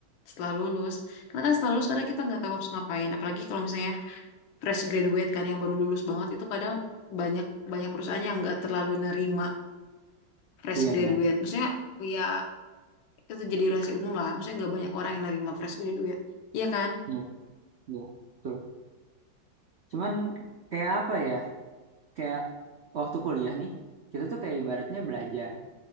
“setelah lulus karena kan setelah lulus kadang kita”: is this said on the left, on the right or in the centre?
Left